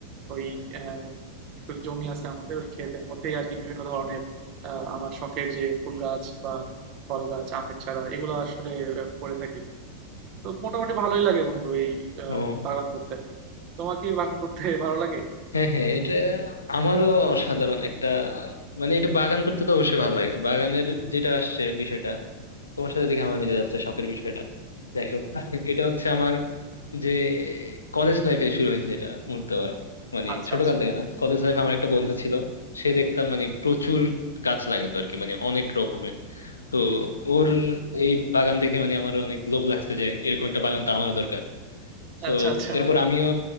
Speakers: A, on the right; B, on the left.
A: ওই আহ, একটু জমি আছে আমাদের ওই ক্ষেতের মধ্যেই আর কি বিভিন্ন ধরনের আহ, আমার শখের যে ফুল গাছ বা ফল গাছ আমের চারা এগুলো আসলে আহ, করে থাকি তো মোটামুটি ভালোই লাগে বন্ধু এই আহ,
B: ও
A: বাগান করতে আর কি তোমার কি বাগান করতে <laughs> ভালো লাগে
B: হ্যাঁ হ্যাঁ এটা আমারও অসাধারণ একটা মানে এটা বাগান করতে তো অবশ্যই ভালো লাগে বাগানের যেটা আসছে বিষয়টা তোমার সাথে দেখে আমার মিলে যাচ্ছে শখের বিষয়টা যাই হোক এটা হচ্ছে আমার যে কলেজ লাইফে শুরু হয়েছে এটা বলতে পারো মানে
A: আচ্ছা
B: ছোটকাল
A: আচ্ছা
B: থেকে না কলেজ লাইফে আমার একটা বন্ধু ছিল সে দেখতাম মানে প্রচুর গাছ লাগাইতো আর কি মানে অনেক রকমের তো ওর এই বাগান দেখে মানে আমার অনেক লোভ লাগছে যে এরকম একটা বাগান তো আমারও দরকার তো
A: আচ্ছা আচ্ছা
B: এরপর আমিও